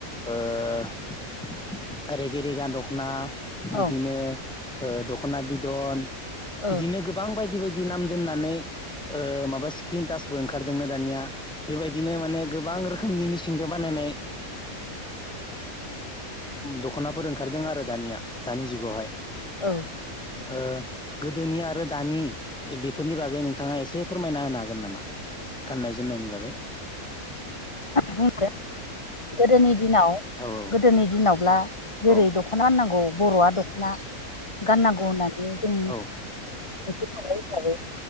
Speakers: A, in the centre; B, on the left.
A: रेगे रेगां दख'ना बिदिनो
B: औ
A: ओ दख'ना बिदन
B: औ
A: बिदिनो गोबां बायदि बायदि बिदि नाम दोननानै ओ माबा स्क्रिन टासबो ओंखारदोंनो दानिया बेबायदिनो माने गोबां रोखोमनि मिसि जों बानायनाय दख'नाफोर ओंखारदों आरो दानिया दानि जुगावहाय।
B: औ
A: ओ गोदोनि आरो दानि बेफोरनि बागै नोंथाङा एसे फोरमायना होनो हागोन नामा गाननाय जोमनायनि बागै
B: बुंदो गोदोनि दिनाव
A: औ
B: गोदोनि दिनावब्ला जेरै
A: औ
B: दख'ना गाननांगौ बर'आ दख'ना गाननांगौ होननानै जों
A: औ
B: मिथिखानाय हिसाबै